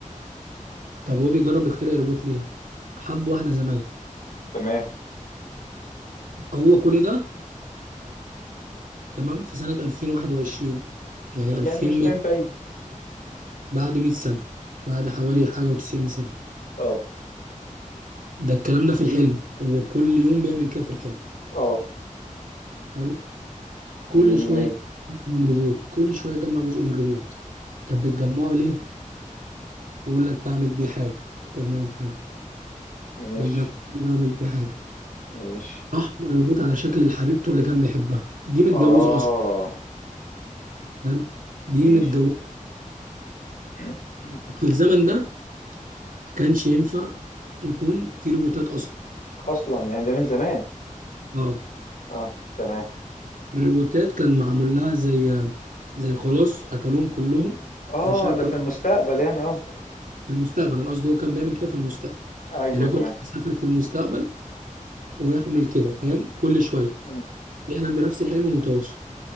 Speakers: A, on the right (about 80°); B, on the left (about 85°).
A: طب هو بيجرب يخترع روبوت ليه؟ حب واحدة زمان
B: تمام
A: هو كل ده تمام في سنة 2021 يعني
B: يعني
A: 2000
B: مش من بعيد
A: بعد 100 سنة بعد حوالي حاجة وتسعين سنة
B: اه
A: ده الكلام ده في الحلم هو كل يوم بيعمل كده في الحلم
B: اه
A: حلو كل
B: مية
A: شوية
B: مية
A: من روبوت كل شوية يجمع جزء من روبوت طب بتجمعه ليه؟ يقول لك بعمل بيه حاجة تمام حلو
B: ماشي
A: بيجمع بعمل بيه حاجة
B: ماشي
A: راح الروبوت على شكل حبيبته اللي كان بيحبها دي متجوزة
B: اه
A: أصلا حلو دي
B: ماشي
A: متجوزة
B: <clears throat>
A: في الزمن ده ما كانش ينفع يكون في روبوتات أصلا
B: اصلا يعني ده من زمان
A: اه
B: اه تمام
A: الريبوتات كان معمول لها زي زي خلاص قتلوهم كلهم
B: اه
A: عشان
B: ده
A: كان
B: في المستقبل يعني قصدك
A: في المستقبل انا قصدي هو كان بيعمل كده في المستقبل
B: ايوه
A: يعني هو
B: تمام
A: كان بيسافر في المستقبل ويعمل كده فاهم كل شويه
B: امم
A: يحلم بنفس الحلم متواصل